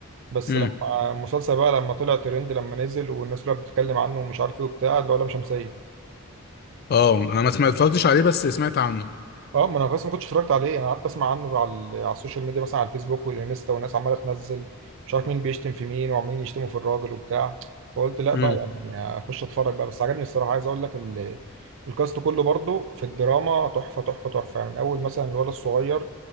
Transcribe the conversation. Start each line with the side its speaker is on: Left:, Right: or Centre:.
Right: بس
Left: امم
Right: لما المسلسل بقى لما طلع ترند لما نزل والناس كلها بتتكلم عنه ومش عارف ايه وبتاع اللي هو لام شمسيه
Left: اه انا ما سمعت- اتفرجتش عليه بس سمعت عنه
Right: اه ما انا بس ما كنتش اتفرجت عليه انا قعدت اسمع عنه على ال- على السوشيال ميديا مثلا على الفيسبوك والانستا والناس عماله تنزل مش عارف مين بيشتم في مين وعمالين يشتموا في الراجل وبتاع فقلت لا
Left: امم
Right: بقى يعني اخش اتفرج بقى بس عجبني الصراحه عايز اقول لك ال- الكاست كله برضو في الدراما تحفه تحفه تحفه يعني من اول مثلا الولد الصغير